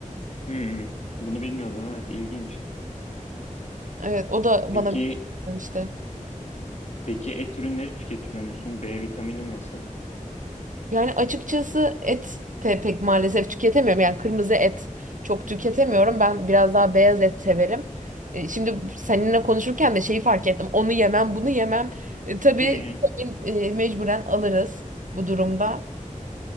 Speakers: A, on the left; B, on the right.
A: Hmm, bunu bilmiyordum. Evet, ilginç.
B: Evet, o da
A: Peki,
B: bana demişti.
A: peki et ürünleri tüketiyor musun? B vitamini nasıl?
B: Yani açıkçası et de pek maalesef tüketemiyorum. Yani kırmızı et çok tüketemiyorum. Ben biraz daha beyaz et severim. Ee, şimdi seninle konuşurken de şeyi fark ettim. Onu yemem, bunu yemem. E, tabii
A: Hmm,
B: vitamin, e, mecburen alırız bu durumda.